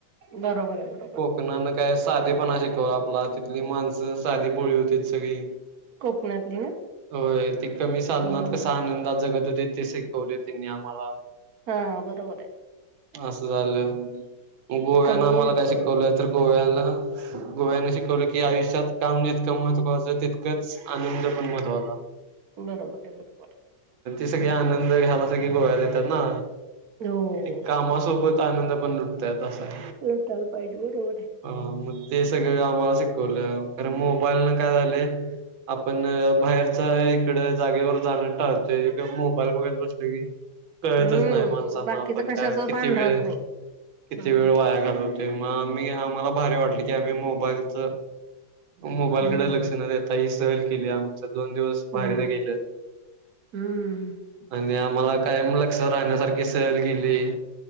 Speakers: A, on the right; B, on the right.
A: बरोबर आहे बरोबर
B: कोक नानक काय साधे पणा शिकवला आपला तिथली माणस साधी पोळी होती सगळी
A: कोकणातली ना
B: होय ते कमी साधनात
A: हम्म
B: कसा आनंदात जगत होते ते सौले तनी आ म्हाला
A: हा बरोबर आहे
B: असं झालं मग गोव्यानं
A: कमी
B: आम्हाला
A: सोय
B: काय शिकवलंय तर गोव्याला गोव्यान शिकवलं की आयुष्यात काम जितकं महत्त्वाचं तितकंच आनंद पण महत्वाला
A: बरोबर आहे बरोबर
B: सग आनंद घ्यायला सग गोव्यात येतात ना
A: हो
B: ते कामासोबत ख आनंद पण तुटतय त आहे
A: लोटायला पाहिजे बरोबर
B: अ म ते सगळं आम्हाला शिकवलं कारण मोबाईल न काय झाले आपण बाहेरच इकडे जागेवर जाणं टाळते मोबाईल बघायला बसले की कळतच
A: हम्म
B: नाही माणसांना
A: बाकीच
B: आपण
A: कशाच
B: काय किती
A: भान
B: वेळ
A: राहत नाही
B: किती
A: हम्म
B: वेळ वाया घालवते मग आम्ही आम्हाला भारी वाटले की आम्ही मोबाईलच मोबाईलकडे
A: हम्म
B: लक्ष नाही देता ही सहल केली आमच. दोन दिवस बाहेरनं
A: हो
B: गेलं
A: हम्म
B: <inaudible> आणि आम्हाला काय लक्ष राहण्यासारखे सहल गेले